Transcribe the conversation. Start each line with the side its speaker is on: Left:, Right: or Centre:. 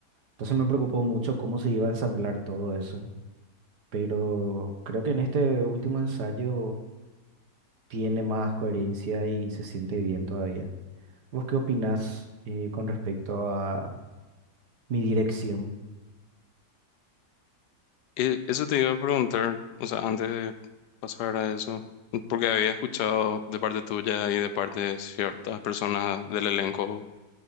Right: Entonces me preocupó mucho cómo se iba a ensamblar todo eso, pero creo que en este último ensayo tiene más coherencia y se siente bien todavía. ¿Vos qué opinás eh, con respecto a mi dirección?
Left: Eh, Eso te iba a preguntar, o sea, antes de pasar a eso, porque había escuchado de parte tuya y de parte de ciertas personas del elenco,